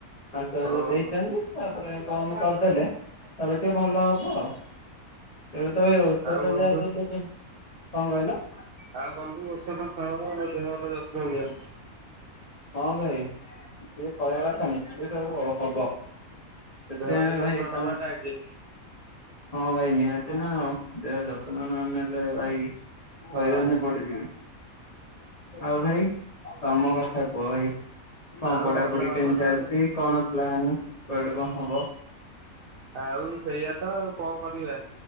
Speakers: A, on the left (about 35°); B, on the right (about 65°).
A: ମାସେ
B: ଓହୋ
A: ତ ଦେଇଛନ୍ତି। ତାପରେ ବନ୍ଦ କରିଦେଲେ ତାପରେ ଟିକେ ଭଲ ହବ ଆଉ। ଏବେ ତ ଭାଇ ଔଷଧ
B: ଆଉ ବନ୍ଧୁ
A: ଯା ଦେଲେ ଦେଲେ, କଣ କହିଲ?
B: ଆଉ ବନ୍ଧୁ ଔଷଧ ଖାଅ ଆଉ ଦେହର ଯତ୍ନ ନିଅ।
A: ହଁ ଭାଇ ସିଏ କହିବା କଥା ନୁହେଁ ଏ ସବୁ ହବ। ସେଥିପାଇଁ
B: ଦେହର ଯତ୍ନ
A: ଭାଇ ତମେ
B: ନବାଟା ଆଗେ
A: ହଁ ଭାଇ ନିହାତି ନା ଆଉ, ଦେହ ଯତ୍ନ ନ ନେଲେ ଭାଇ
B: ହଁ
A: ହଇରାଣରେ ପଡିଯିବି। ଆଉ ଭାଇ, ତମ କଥା କୁହ ଭାଇ, କଣ
B: ଆଉ
A: ପଢାପଢି
B: ଭଲ ଆମର
A: କେମତି ଚାଲିଛି?
B: ଆଉ
A: କଣ ପ୍ଲାନ କୁଆଡୁ କଣ ହବ?
B: ଆଉ ସେଇଆ ତ ଆଉ କଣ କରିବା